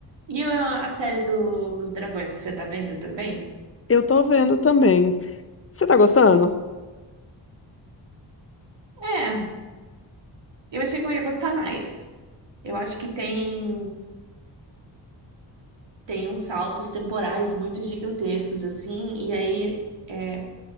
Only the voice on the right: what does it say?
E a, a série do, dos dragões, você tá vendo também?
É, Eu achei que eu ia gostar mais. Eu acho que tem, tem uns saltos temporais muito gigantescos, assim, e aí. é,